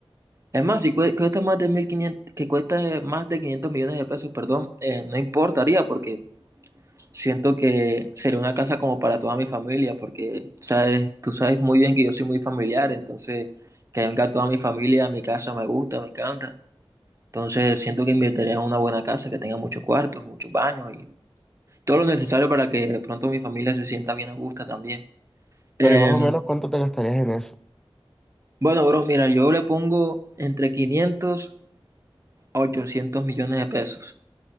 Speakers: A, on the right; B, in the centre.
A: es más, si cue- cuesta más de 1.500, que cuesta más de 500 millones de pesos, perdón, eh, no importaría, porque siento que sería una casa como para toda mi familia, porque sabes, tú sabes muy bien que yo soy muy familiar, entonces que venga toda mi familia a mi casa me gusta, me encanta. Entonces siento que invertiría en una buena casa que tenga muchos cuartos, muchos baños y todo lo necesario para que de pronto mi familia se sienta bien a gusto también. Eh,
B: Pero ¿y más o menos cuánto te gastarías en eso?
A: Bueno, bro, mira, yo le pongo entre 500 a 800 millones de pesos,